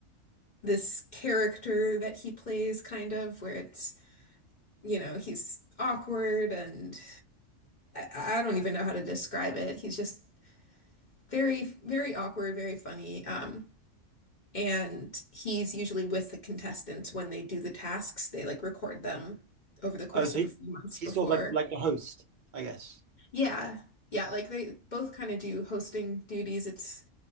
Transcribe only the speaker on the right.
Oh, so
he,
he's
sort of like like the host, I guess.